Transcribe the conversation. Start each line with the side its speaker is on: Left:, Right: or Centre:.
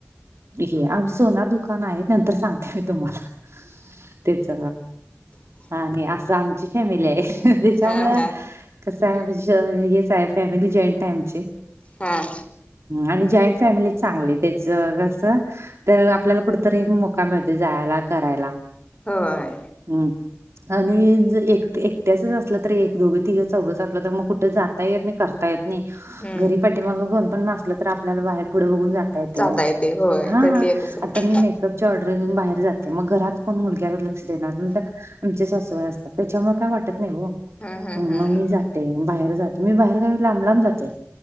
Right: हे आम सोनार दुकान आहे नंतर सांग ते तुम्हाला त्याच आणि असं आमची फॅमिली आहे त्याच्यामुळे
Left: हा हा
Right: कसं आहे म्हणजे हेच आहे फॅमिली जॉईंट आहे आमचे.
Left: हा.
Right: आणि जॉईंट फॅमिली चांगली त्याच कस तर आपल्याला कुठ. तरी मोका मिळते जायला करायला.
Left: होय.
Right: हम्म. आणि ज एक एकट्याचच असलं तररी एक दोघे तिघं चौघंच असलं तर मग कुठं जाता नाही कर. नाही
Left: हम्म.
Right: घरी पाठी मग कोण पण मासलं तर आपल्याला बाहेर पुढं बघून जात. तेन
Left: जाता येते होय
Right: हाा
Left: तर ते तसं होतं.
Right: आता मी म पअ ची ऑर्डर घऊ बाहेर जाते मग घरात कोण मुलग्याकडे लक्ष देणार म्हण आमचे सासवय अस. त्याच्यामुळे काय वाटत नाही हो.
Left: हम्म हम्म
Right: ह मग
Left: हम्म.
Right: मी जाते बाहेर जाते मी बाहेर काा लांब लांब जाते.